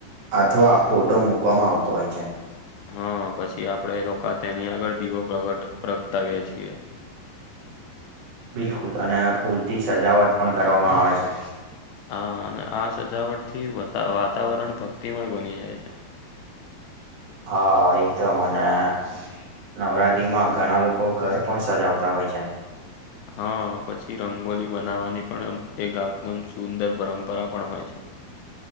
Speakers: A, on the right; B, on the left.
A: અથવા ફોટો મૂકવામાં આવતો હોય છે.
B: હા પછી આપડે લોકો તેની આગળ દીવો પ્રગટ પ્રગટાવીએ છીએ.
A: બિલકુલ અને ફૂલ થી સજાવટ પણ કરવામાં આવે છે.
B: હા અને આ સજાવટ થી વાતાવરણ ભક્તિમય બની જાય છે.
A: હા એ તો મને નવરાત્રી માં ઘણા લોકો ઘર પણ સજાવતા હોય છે.
B: હા પછી રંગોલી બનાવવાની પણ એકમદમ સુંદર પરંપરા પણ હોય છે.